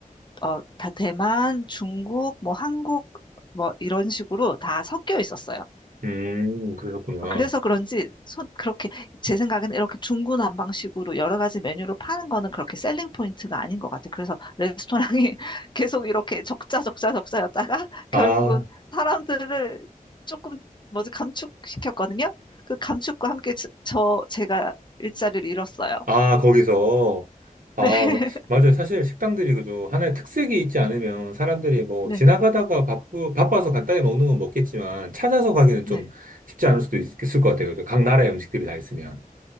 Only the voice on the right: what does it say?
음, 그러셨구나.
아.
아, 거기서. 아,
마- 맞아요. 사실 식당들이 그죠. 하나의 특색이 있지 않으면 사람들이 뭐
지나가다가 바쁘, 바빠서 간단히 먹는 건 먹겠지만 찾아서 가기는 좀
쉽지 않을 수도 있- 있을 것 같아요. 그죠? 각 나라의 음식들이 다 있으면.